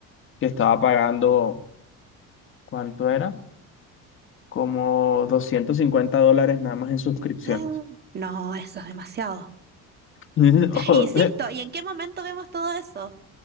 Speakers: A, on the left; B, on the right.
A: que estaba pagando, ¿cuánto era? Como 250 dólares nada más en suscripciones.
B: Ah, No, eso es demasiado.
A: <laughs> No,
B: Insisto, ¿y en qué momento vemos todo eso?